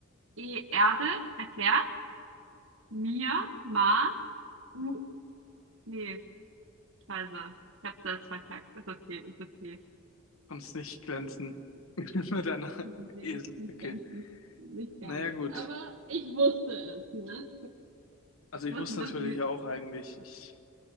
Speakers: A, on the right (about 60°); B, on the left (about 70°).
A: E, Erde, erklärt mir, Mars, U, nee, scheiße, ich hab's selbst verkackt, ist okay, ist okay.
B: Konnt's nicht glänzen <laughs> mit einer
A: Nee,
B: Eselbrücke.
A: nicht ganz, nicht, nicht ganz.
B: Naja, gut.
A: Aber ich wusste es, ne?
B: Also
A: Ich
B: ich
A: wusste,
B: wusste
A: dass
B: natürlich
A: die...
B: auch eigentlich, ich